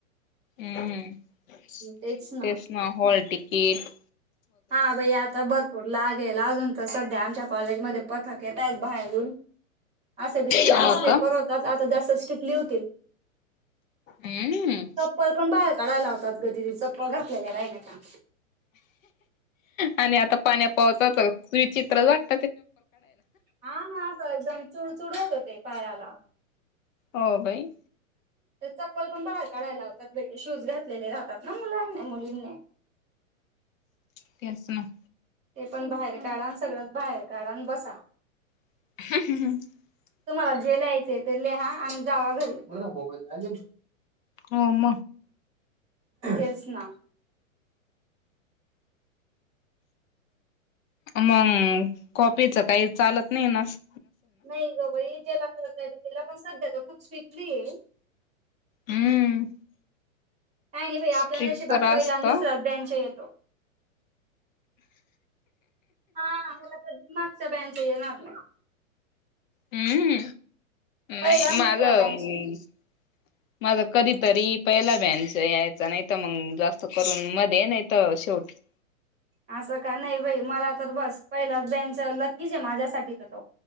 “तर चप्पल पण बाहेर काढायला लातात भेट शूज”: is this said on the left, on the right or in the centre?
Right